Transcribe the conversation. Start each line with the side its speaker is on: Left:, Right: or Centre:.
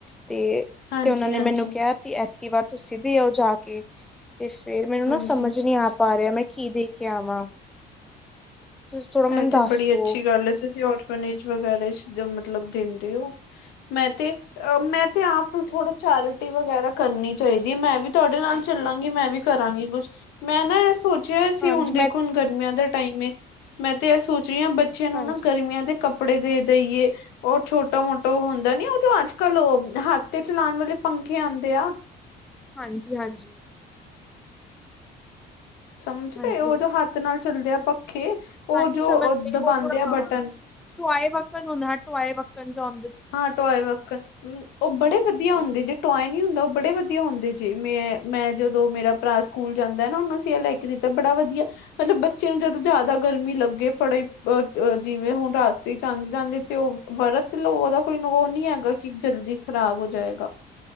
Centre: ਤੇ
Left: ਹਾਂਜੀ,
Centre: ਤੇ ਉਹਨਾਂ ਨੇ
Left: ਹਾਂਜੀ,
Centre: ਮੈਨੂੰ ਕਿਹਾ ਕਿ ਐਤਕੀ ਵਾਰ ਤੁਸੀ ਦੇ ਆਓ ਜਾ ਕੇ। <inaudible> ਤੇ ਫੇਰ ਮੈਨੂੰ
Left: ਹਾਂਜੀ
Centre: ਨਾ ਸਮਝ ਨੀ ਆ ਪਾ ਰਿਹਾ ਮੈਂ ਕੀ ਦੇ ਕੇ ਆਵਾਂ? ਤੁਸੀਂ ਥੋੜਾ ਮੈਨੂੰ
Left: ਐ
Centre: ਦੱਸ
Left: ਤੇ ਬੜੀ
Centre: ਦੋ
Left: ਅੱਛੀ ਗੱਲ ਏ ਤੁਸੀ ਔਰਫਨੇਜ ਵਗੈਰਾ ਚ ਮਤਲਬ ਦਿੰਦੇ ਹੋ ਮੈਂ ਤੇ ਅ ਮੈਂ ਤੇ ਆਪ ਥੋੜਾ ਚੈਰਿਟੀ ਵਗੈਰਾ ਕਰਨੀ ਚਾਹੀਦੀ ਹੈ ਮੈਂ ਵੀ ਤੁਹਾਡੇ ਨਾਲ ਚਲਾਂਗੀ ਮੈਂ ਵੀ ਕਰਾਂਗੀ ਕੁਛ ਮੈਂ ਨਾ ਇਹ ਸੋਚ ਜੇ ਅਸੀ
Centre: ਹਾਂਜੀ
Left: ਹੁਣ ਦੇਖੋ
Centre: ਮੈਂ
Left: ਹੁਣ ਗਰਮੀਆਂ ਦੇ ਟਾਈਮ ਏ। ਮੈਂ ਤੇ ਐ ਸੋ ਛੇ ਬੱਚਿਆਂ ਨੂੰ
Centre: ਹਾਂਜੀ
Left: ਨਾ ਗਰਮੀਆਂ ਦੇ ਕਪ ਕੱਪੜੇ ਦੇਈਏ ਉਹ ਛੋਟਾ ਮੋਟਾ ਹੁੰਦਾ ਨੀ ਉਹ ਜੋ ਅੱਜ ਕੱਲ ਓਹ ਹੱਥ ਤੇ ਚਲਾਣ ਵਾਲੇ ਪੰਖੇ ਆਂਦੇ ਆ।
Centre: ਹਾਂਜੀ ਹਾਂਜੀ।
Left: ਸਮਝ
Centre: ਹਾਂਜੀ
Left: ਗਏ ਹੋ
Centre: ਹਾਂਜੀ
Left: ਜੋ
Centre: ਸਮਝ
Left: ਹੱਥ ਨਾਲ ਚੱਲਦੇ
Centre: ਹਾਂਜੀ
Left: ਆ ਪੱਖੇ
Centre: ਹਾਂਜੀ ਹਾਂਜੀ
Left: ਓ ਜੋ
Centre: ਸਮਝ ਗਈ
Left: ਦਬਾਂਦੇ
Centre: ਉਹ ਥੋੜਾ
Left: ਆ
Centre: ਹਾਂ
Left: ਬਟਨ।
Centre: ਟੋਆਏ ਵ ਹਾਂ ਟੋਆਏ ਵੱਕਣ ਜਾ ਹੋਂ
Left: ਹਾਂ ਟੋਆਏ ਵਕਨ ਓ ਬੜੇ ਵਧੀਆ
Centre: ਹਾਂਜੀ।
Left: ਹੁੰਦੇ ਜੇ ਟੋਏ ਨਹੀਂ ਹੁੰਦਾ ਓ ਬੜੇ ਵਧੀਆ ਹੁੰਦੇ ਜੇ ਮੈਂ ਮੈਂ ਜਦੋਂ ਮੇਰਾ ਭਰਾ ਸਕੂਲ ਜਾਂਦਾ ਨਾ ਓਨੂੰ ਅਸੀਂ ਇਹ ਲੈ ਕੇ ਦਿੱਤਾ ਬੜਾ ਵਧੀਆ ਮਤਲਬ ਬੱਚੇ ਨੂੰ ਜਦੋਂ ਜ਼ਿਆਦਾ ਗਰਮੀ ਲੱਗੇ ਪੜੇ ਅ ਅ ਜਿਵੇਂ ਹੁਣ ਰਾਸਤੇ ਚ ਆਂ ਜਾਂਦੇ ਤੇ ਓ ਵਰਤ ਲੋ। ਕੋਈ ਉਹ ਨੀ ਹੈਗਾ ਕਿ ਜਲਦੀ ਖ਼ਰਾਬ ਹੋ ਜਾਏਗਾ